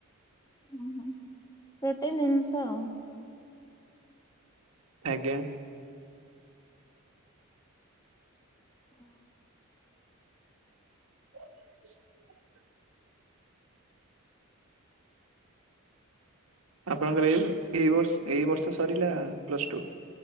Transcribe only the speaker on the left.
ଓହୋ ରେଟେ ଜିନିଷ ଆଉ।
ହଁ।